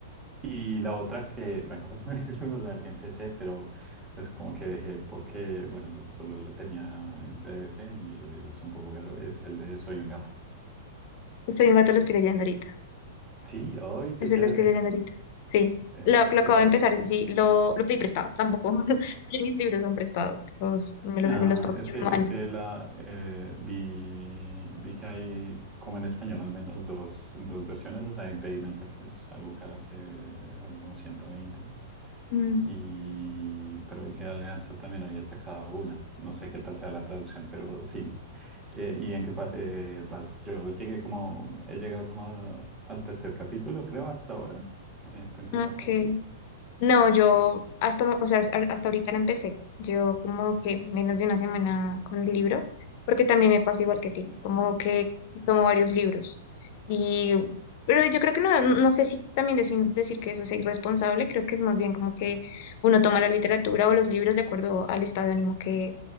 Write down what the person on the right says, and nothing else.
Y la otra que me acuerdo <laughs> de recordar que empecé, pero es como que dejé porque, bueno, solo lo tenía en PDF y el libro es un poco caro, es el de Soy un gato.
Sí.
Sí, ¡ay, qué
chévere!
Eh,
¿qué
tal?
Ah,
es
que,
es que la, eh, vi, vi que hay, como en español al menos, dos, dos versiones. La de impedimenta, que es algo cara, que vale como ciento veinte
Y, pero vi que Alianza también había sacado una. No sé qué tal sea la traducción, pero sí. Eh, ¿y en qué pa- eh, vas? Yo llegué como, he llegado como a- al tercer capítulo, creo, hasta ahora. Eh, ¿tú en qué
parte vas?